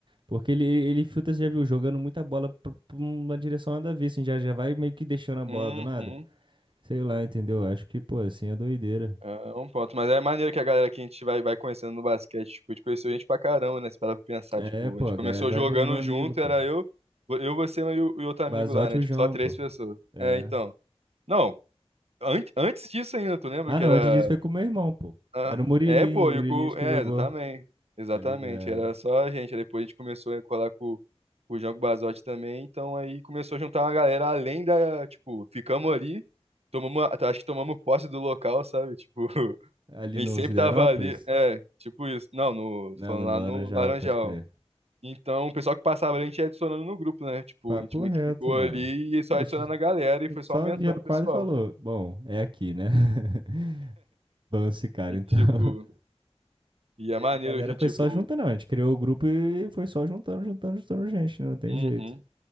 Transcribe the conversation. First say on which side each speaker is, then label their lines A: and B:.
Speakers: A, on the right; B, on the right.
A: Porque ele, ele filtra, você já viu, jogando muita bola pra, pra uma direção nada a ver, assim, já, já vai meio que deixando a bola
B: Uhum.
A: do nada. Sei lá, entendeu? Acho que, pô, assim é doideira.
B: É um ponto. Mas é maneiro que a galera que a gente vai, vai conhecendo no basquete, tipo, a gente conheceu gente pra caramba, né? Se parar pra pensar,
A: É,
B: tipo,
A: pô,
B: a gente
A: a
B: começou
A: galera vai
B: jogando
A: virando amigo,
B: junto,
A: pô.
B: era eu, eu, você e o, e outro amigo
A: Basote
B: lá, né?
A: e o
B: Tipo,
A: João,
B: só três
A: pô.
B: pessoas.
A: É.
B: É, então. Não, an antes disso ainda, tu lembra
A: Ah,
B: que
A: não,
B: era
A: antes disso foi com o meu irmão, pô.
B: Ah,
A: Era o Murilinho,
B: é, pô,
A: Murilinho
B: e o cu...
A: acho
B: É,
A: que jogou,
B: exatamente. Exatamente.
A: tá ligado?
B: Era só a gente. Aí depois a gente começou a colar com, com o Jango Basotti também. Então aí começou a juntar uma galera além da. Tipo, ficamos ali. Tomamos, a- acho que tomamos posse do local, sabe? Tipo, <laughs>
A: Ali
B: a
A: no
B: gente sempre
A: Siderópolis?
B: tava ali. É, tipo isso. Não, no,
A: Não,
B: tô falando
A: no
B: lá
A: Laranjal,
B: no Laranjal.
A: pode crer.
B: Então, o pessoal que passava ali, a gente ia adicionando no grupo, né? Tipo,
A: Papo
B: a gente meio
A: reto,
B: que ficou
A: mano.
B: ali e só
A: A
B: adicionando
A: gente
B: a galera e
A: a
B: foi
A: gente
B: só
A: só
B: aumentando
A: viu a quadra
B: o pessoal.
A: e falou, bom, é aqui, né? <laughs> Vamos ficar,
B: E,
A: então.
B: tipo,
A: <laughs>
B: e é
A: E aí
B: maneiro
A: a galera
B: que,
A: foi
B: tipo,
A: só juntando, a gente criou o grupo e foi só juntando, juntando, juntando gente, né? Não tem
B: uhum.
A: jeito.